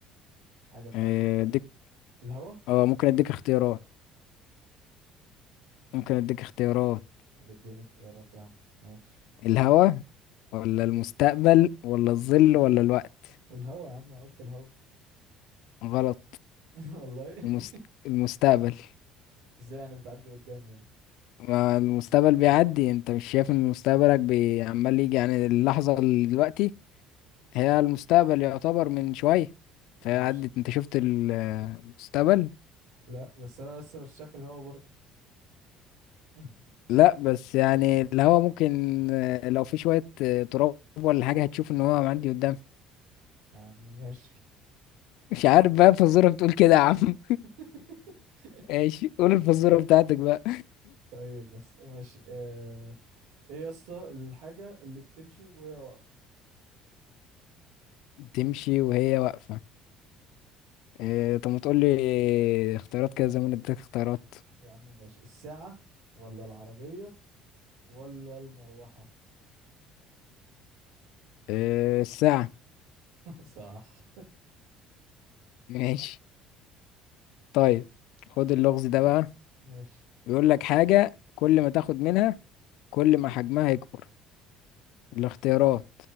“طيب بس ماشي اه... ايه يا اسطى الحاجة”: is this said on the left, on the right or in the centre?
Right